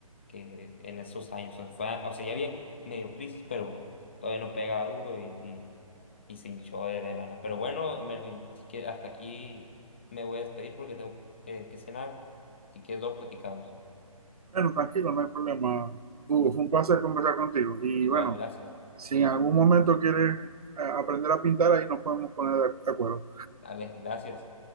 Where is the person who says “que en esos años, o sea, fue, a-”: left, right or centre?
Left